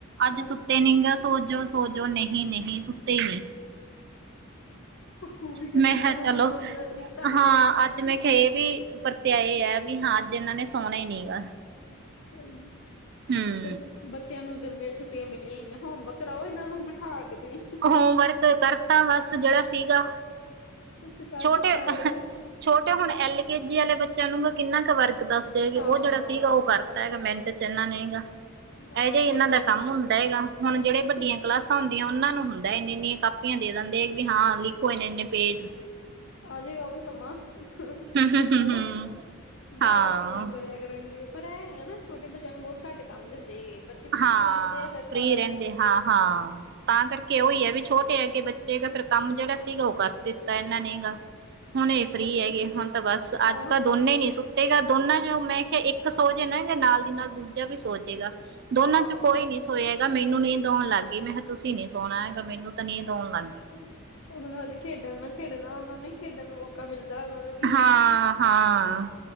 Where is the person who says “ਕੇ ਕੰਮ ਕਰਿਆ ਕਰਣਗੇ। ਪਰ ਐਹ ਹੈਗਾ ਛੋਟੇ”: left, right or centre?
Left